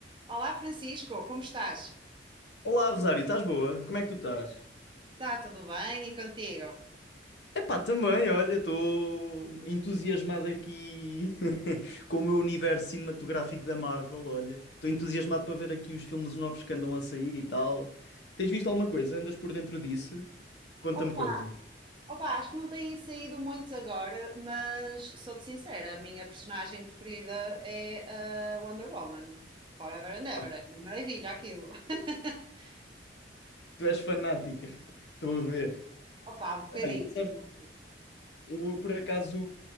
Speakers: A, on the right; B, on the left.
A: Olá Francisco, como estás?
B: Olá, Rosário, estás boa? Como é que tu estás?
A: Está tudo bem e contigo?
B: Epá, também, olha, estou entusiasmado aqui <laughs> com o meu universo cinematográfico da Marvel, olha. Estou entusiasmado para ver aqui os filmes novos que andam a sair e tal. Tens visto alguma coisa? Andas por dentro disso? Conta-me
A: Opa,
B: coisas.
A: opa, acho que não têm saído muitos agora, mas sou-te sincera, a minha personagem preferida é a Wonder Woman. Forever and ever,
B: Ah,
A: é uma maravilha aquilo. <laughs>
B: Tu és fanática. <laughs> Estou a ver.
A: Opa, um bocadinho.
B: Olha, sabes? Eu, por acaso,